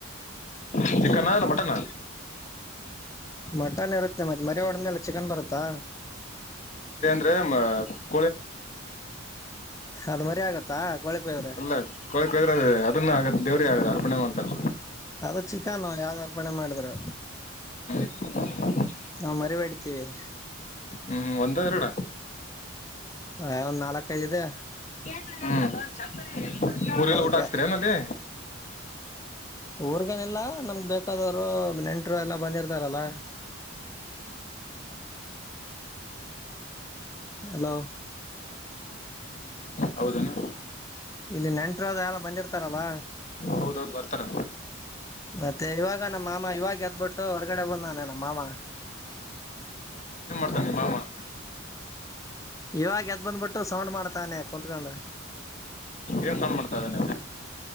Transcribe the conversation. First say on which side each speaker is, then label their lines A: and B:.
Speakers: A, on the left; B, on the left.
A: ಚಿಕನ್ನ ಅಲ್ಲ ಮಟನ್ನ
B: ಮಟನ್ ಇರುತ್ತೆ ಮತ್ತೆ ಮರಿ ಒಡ್ಮೇಲೆ ಚಿಕನ್ ಬರುತ್ತಾ
A: ಅ
B: ಅದ ಮರಿ ಆಗತ್ತಾ ಕೋಳಿ ಕುಯ್ದ್ರೆ
A: ಅಲ್ಲ ಕೊಳ ಕಳದ್ರ ಅ ಅದನ್ನ ಆಗತ್ತ ದೇವ್ರೇ ಆಗದ ಅರ್ಪಣೆ ಮಾಡ್ತಲ್ಲ
B: ಅದು ಚಿಕನ್ ಯಾವ್ದು ಅರ್ಪಣೆ ಮಾಡಿದರು
A: <inaudible> <unintelligible>
B: ನಾ ಮರಿಬೇಡಿತೇವಿ
A: ಹ್ಮ್ ಒಂದ ಎರಡ
B: ಹ ಒಂದ್ ನಾಲ್ಕೈದು ಇದೆ
A: ಹ್ಮ್ ಊರಿಗೆರಿಗೆಲ್ಲ
B: ಅದಕ್ಕ
A: ಊಟ ಹಾಕ್ಸ್ತರನಲ್ಲಿ
B: ಊರ್ಗೇನಿಲ್ಲಾ ನಮ್ಗ್ ಬೇಕಾದವರು ನೆಂಟ ಎಲ್ಲ ಬಂದಿರ್ತಾರಲ್ಲ ಹಲೋ
A: ಹೌದನಾ
B: ಇಲ್ಲಿ ನೆಂಟ್ರದ ಎಲ್ಲ ಬಂದಿರ್ತಾರಲ್ಲ
A: ಹೌದೌದು ಬರ್ತಾರ
B: ಮತ್ತೆ ಇವಾಗ ನಮ್ಮ ಮಾಮ ಇವಾಗ ಎದ್ಬಿಟ್ಟು ಹೊರ್ಗಡೆ ಬಂದ ನ ಮಾಮ
A: ಹ ಮಾಮಾ
B: ಇವಾಗ ಎದ್ ಬಂದ್ಬಿಟ್ಟು ಸೌಂಡ್ ಮಾಡ್ತಾನೆ ಕುತ್ಕೊಂಡ
A: ಏನ್ ಸೌಂಡ್ ಮಾಡ್ತಾ ಇದ್ದೇನೆ